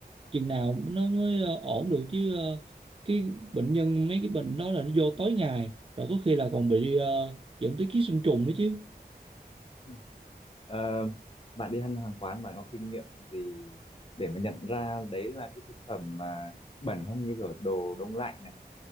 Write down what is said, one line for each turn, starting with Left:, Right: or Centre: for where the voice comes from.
Right: chừng nào nó mới ờ, ổn được chứ ờ, cái bệnh nhân mấy cái bệnh đó là nó vô tối ngày rồi có khi là còn bị ờ, dẫn tới ký sinh trùng nữa chứ
Left: Ừ. Ờ, bạn đi ăn hàng quán bạn có kinh nghiệm gì để mà nhận ra đấy là cái thực phẩm mà bẩn không như kiểu đồ đông lạnh này